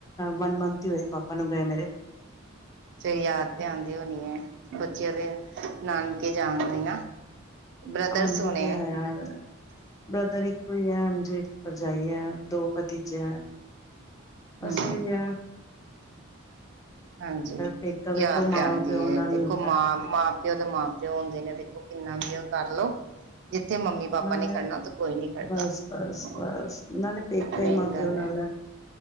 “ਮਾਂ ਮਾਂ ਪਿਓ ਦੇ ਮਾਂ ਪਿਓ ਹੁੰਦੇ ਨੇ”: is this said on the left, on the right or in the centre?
Right